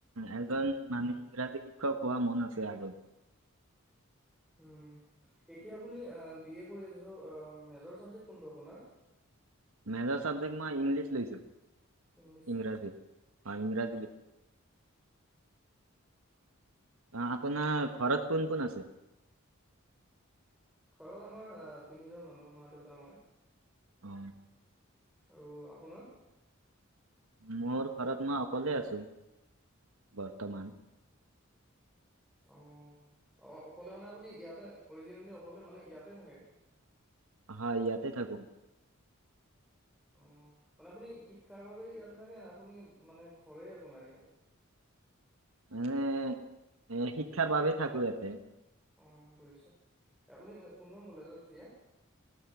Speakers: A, on the right; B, in the centre.
A: এজন মানে ইংৰাজী শিক্ষক হোৱা মন আছে আগলৈ।
B: উম এতিয়া আপুনি বি এ কৰি আছে চ' মেজৰ চাবজেক কোনটো আপোনাৰ?
A: মেজৰ চব্জেকট মই ইংলিছ লৈছো,
B: ইংলিছ
A: ইংৰাজী
B: লৈছে
A: অ ইংৰাজী লৈছো। অ আপোন খৰতৰত কোন কোন আছে?
B: ঘৰত আমাৰ তিনিজন মানুহ মা দেউতা মই।
A: অ।
B: আৰু আপোনাৰ?
A: মোৰ ঘৰত মই অকলে আছো বৰ্তমান।
B: অ অ অকলে মানে আপুনি ইয়াতে অৰিজিনেলি অকলে মানে ইয়াতে থাকে।
A: হয়। ইয়াতে থাকো মই।
B: অ মানে আপুনি শিক্ষাৰ বাবে ইয়াতে থাকে আপুনি মানে ঘৰে আপোনাৰ ইয়াতে?
A: মানে এ শিক্ষাৰ বাবেই থাকো ইয়াতে।
B: অ বুজিছো। আপুনি কোনখন কলেজত এতিয়া?